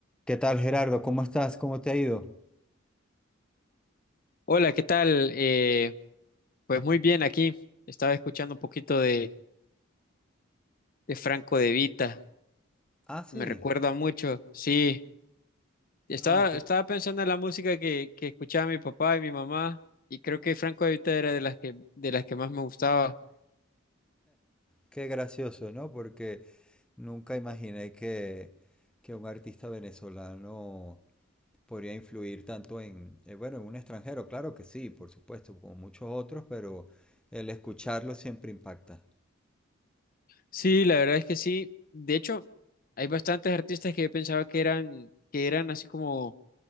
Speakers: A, in the centre; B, on the left.
A: ¿Qué tal, Gerardo? ¿Cómo estás? ¿Cómo te ha ido?
B: Hola, ¿qué tal? Eh, pues muy bien aquí. Estaba escuchando un poquito de, de Franco De Vita.
A: Ah, sí.
B: Me recuerda mucho. Sí, estaba,
A: Ah, qué,
B: estaba pensando en la música que, que escuchaba mi papá y mi mamá y creo que Franco De Vita era de las que, de las que más me gustaba.
A: qué gracioso, ¿no? Porque nunca imaginé que, que un artista venezolano podría influir tanto en, eh, bueno, en un extranjero. Claro que sí, por supuesto, como muchos otros, pero el escucharlo siempre impacta.
B: Sí, la verdad es que sí. De hecho, hay bastantes artistas que yo pensaba que eran, que eran así como,